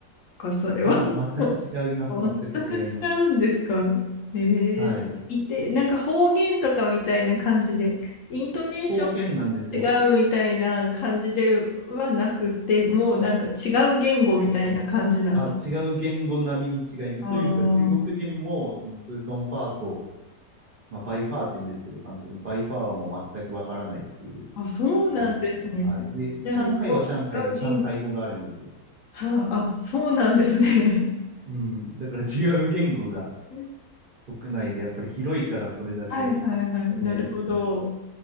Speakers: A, on the left; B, on the right.
A: か、それは。
B: あ、全く違います。
A: 全く違うんですかえー、
B: 全く違います。はい。
A: いて、なんか方言とかみたいな感じで、イントネーション
B: 方言なんですよ。
A: が違うみたいな感じではなくて、もうなんか違う言語みたいな感じなんです。
B: あ、違う言語並みに違います。
A: あ
B: というか、中国人も、そのプートンファーと、まあ、バイファーって言うんですけど、関東のバイファーはもう全くわからないっていう
A: あ、あ、そうなんですね。
B: 感じです。はい。で、上海は上海で上海語があるんですよ。
A: じゃあ、もう違う言語。はあ、あ、そうなんですね。
B: うん。だから違う言語が
A: <laughs>
B: 国内でやっぱり広いからそれだけ
A: はいはいはい。
B: ね、
A: なるほど。
B: うん、